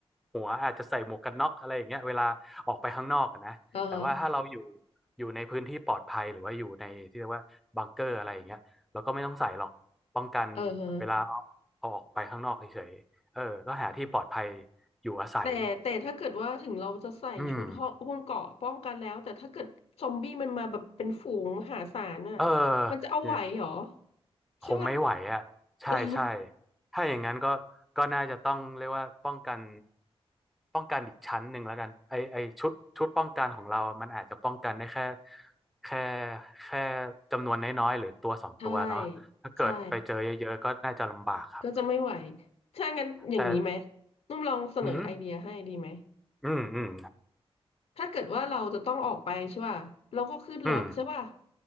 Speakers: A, in the centre; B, on the left (about 80°).
A: หัวอาจจะใส่หมวกกันน็อกอะไรอย่างเงี้ยเวลาออกไปข้างนอกอะนะแต่ว่าถ้าเราอยู่
B: อ่าฮะ
A: อยู่ในพื้นที่ปลอดภัยหรือว่าอยู่ในที่เรียกว่าบังเกอร์อะไรอย่างเงี้ยเราก็ไม่ต้องใส่หรอกป้องกัน
B: เออ
A: เวลาเอาเอาออกไปข้างนอกเฉยๆเออก็หาที่ปลอดภัยอยู่อาศัย
B: แต่แต่ถ้าเกิดว่าถึงเราจะใส่ชุดห่อหุ้มเกราะป้องกันแล้วแต่ถ้าเกิดซอมบี้มันมาแบบเป็นฝูงมหาศาลน่ะ
A: อืมเออ
B: มันจะเอาไหวเหรอ
A: เนี่ย
B: ใช่ป่ะ
A: คงไม่ไหวอ่ะใช่ใช่
B: เออ
A: ถ้าอย่างนั้นก็ก็น่าจะต้องเรียกว่าป้องกันป้องกันอีกชั้นหนึ่งแล้วกันไอไอชุดชุดป้องกันของเราอะมันอาจจะป้องกันได้แค่แค่แค่จำนวนน้อยๆหรือตัวสองตัวเนาะถ้าเกิดไปเจอเยอะๆก็น่าจะลำบากครับ
B: ใช่ใช่ก็จะไม่ไหวถ้างั้นอย่างนี้ไหม
A: แต่
B: นุ่มลองเสนอไอเดียให้ดีไหม
A: อืมอืมอืม
B: ถ้าเกิดว่าเราจะต้องออกไปใช่ป่ะเราก็ขึ้นรถใช่ป่ะ
A: อืม